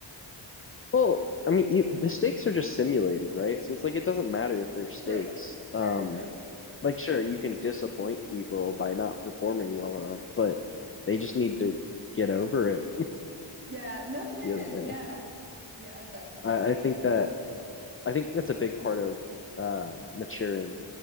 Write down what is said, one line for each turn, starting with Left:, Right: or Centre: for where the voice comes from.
Left: well. I mean, you, the stakes are just simulated, right? So it's like it doesn't matter if there's stakes.
Right: True. Very
Left: Um,
Right: true.
Left: like sure, you can disappoint people by not performing well enough, but they just need to get over it.
Right: Yeah, no kidding.
Left: You know,
Right: Yeah. Yeah, definitely.
Left: I, I think that I think that's a big part of uh, maturing,